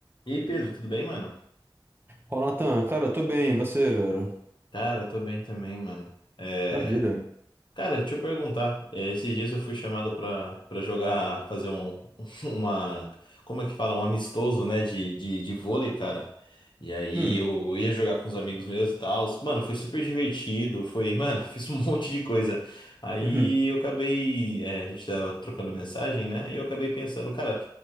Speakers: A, on the left (about 65°); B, on the right (about 25°).
A: E aí, Pedro, tudo bem, mano?
B: Fala, Natan. Cara, eu tô bem. E você, velho?
A: Cara, tô bem também, mano. É...
B: Maravilha.
A: Cara, deixa eu perguntar. é, esses dias eu fui chamado pra, pra jogar, fazer um, <laughs> uma, como é que fala? Um amistoso, né, de, de, de vôlei, cara. E aí
B: Hum.
A: eu ia jogar com os amigos meus e tal. Mano, foi super divertido, foi, mano, <laughs> fiz um monte de coisa. Aí
B: Uhum.
A: eu acabei, é, a gente tava trocando mensagem, né? E eu acabei pensando, cara,